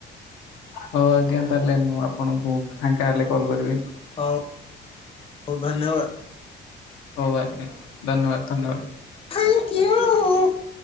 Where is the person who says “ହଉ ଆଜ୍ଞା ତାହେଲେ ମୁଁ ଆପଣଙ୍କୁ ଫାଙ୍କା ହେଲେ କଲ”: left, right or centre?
Left